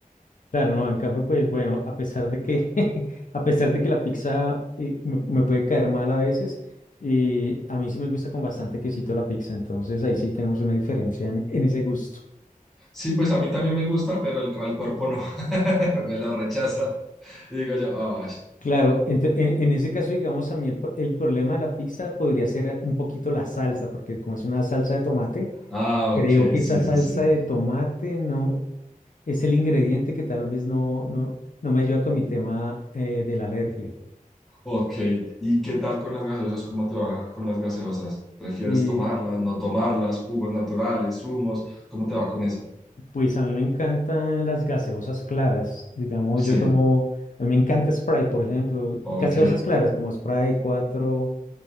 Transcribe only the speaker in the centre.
Sí, pues a mí también me gusta, pero el, al cuerpo no, <laughs> me lo rechaza. Y digo yo, "Ay,
ah,
ok,
sí,
sí, sí.
Ok, ¿y qué tal con las gaseosas? ¿Cómo te va con las gaseosas? ¿Prefieres
tomarlas, no tomarlas, jugos naturales, zumos? ¿Cómo te va con eso?
Sí,
ok,